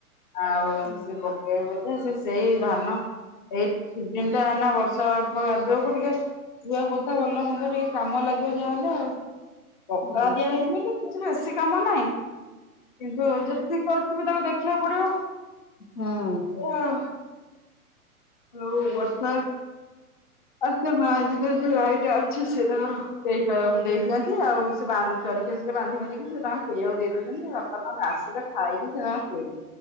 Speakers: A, on the left; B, on the left.
A: ଆଉ
B: ହୁଁ।
A: ସେ ବକେଇ ବୋଧେ ସେ ସେଇ ଧାନ ଏଇ ସିଜିନ ଟା ନା ବର୍ଷା କାଦୁଅ ଟିକେ ରୁଆ ପୁତା ଭଲ ମନ୍ଦ ଟିକେ କାମ ଲାଗିବ ଯାହାହେଲେ ଆଉ ପଖଳା
B: ହୁଁ
A: ଦିଆହଇଛି ବୋଧେ କିଛି ବେଶୀ କାମ ନାହିଁ କିନ୍ତୁ ଯେତିକି କରୁଛି ବି ତାକୁ ଦେଖିବାକୁ ପଡିବ।
B: ହୁଁ।
A: <unintelligible> ହଉ ବର୍ଷା ଆ <unintelligible> ସେ ତାଙ୍କର କେ ପାଇବାକୁ ଦେଇଦିଅନ୍ତି ଆଉ ସେ ବାନ୍ଦ୍ ଚରିକି ଆସିଲେ ବାନ୍ଧି ବାନ୍ଧିକି ସେ ତାଙ୍କଙ୍କୁ ପିଇବାକୁ ଦେଇ ଦେଉଛନ୍ତି, ବାପା ମା ଆସିଲେ ଖାଇକି ସେମାନେ ଶୋଇଲେ